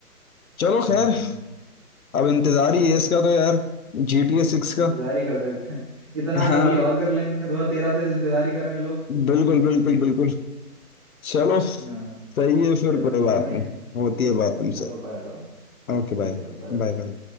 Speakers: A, on the left; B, on the right.
A: चलो खैर
B: हाँ
A: अब इंतजार
B: चलो
A: ही है इसका तो यार जी टी ए
B: इंतजार
A: सिक्स का
B: ही कर सकते हैं <laughs> इतना
A: हाँ
B: कर लिया और कर लेंगे दो हजार तेरह से इंतजार ही कर रहे हैं लोग
A: बिल्कुल बिल्कुल बिल्कुल चलो सही
B: हाँ
A: है फिर
B: चलो
A: कोई
B: ठीक
A: बात
B: है भैया
A: नहीं होती है बात तुमसे
B: चलो बाय बाय
A: Okay bye
B: ठीक है भाई बाय बाय
A: Bye bye